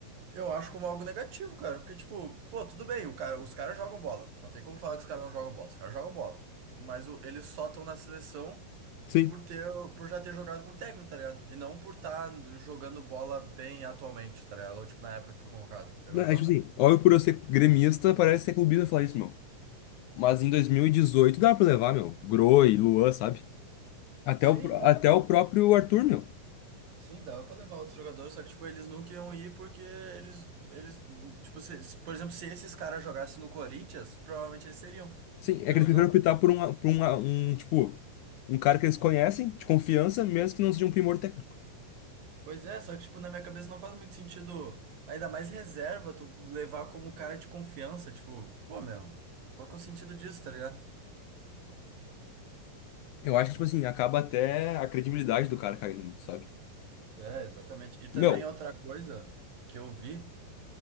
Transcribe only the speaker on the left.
sim.
Não,
é
tipo assim, óbvio por eu ser gremista, parece ser clubista falar isso, meu. Mas em 2018 dá pra levar, meu. Groi, Luan, sabe? Até
o, pró-
até o próprio Arthur, meu.
Sim, é
que eles
preferem
optar por, uma, por uma, um, tipo, um cara que eles conhecem, de confiança, mesmo que não seja um primor técnico.
Eu acho que, tipo assim, acaba até a credibilidade do cara caindo, sabe?
Meu,